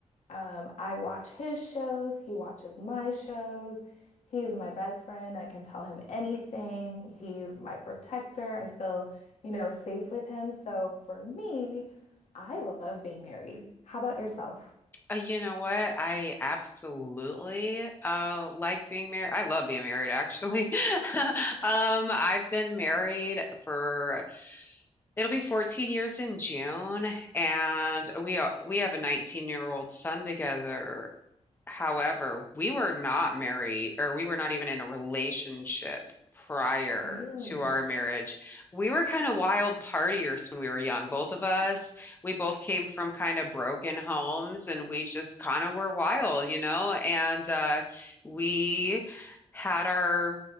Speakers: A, on the left; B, on the left.
A: Um, I watch his shows, he watches my shows. He is my best friend. I can tell him anything. He's my protector. I feel, you know, safe with him. So for me, I love being married. How about yourself?
B: Uh, You know what? I absolutely uh like being married. I love being married actually. <laughs> Um I've been married for it'll be 14 years in June and we are we have a 19-year-old son together However, we were not married, or we were not even in a relationship prior
A: Really?
B: to our marriage. We were kind of wild partiers when we were young, both of us. We both came from kind of broken homes and we just kind of were wild, you know? And uh, we had our